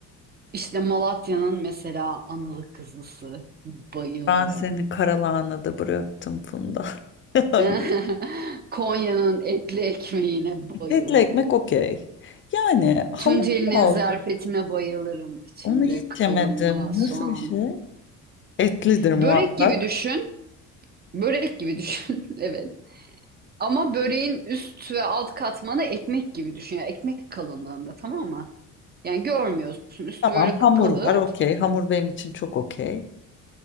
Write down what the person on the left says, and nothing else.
Ben seni karalahanada bıraktım Funda. <laughs> Yani
etli ekmek okey. Yani hamur
oldu
Onu hiç yemedim.
Nasıl bir şey? Etlidir muhakkak.
Tamam
hamur
var okey. Hamur benim için çok okey.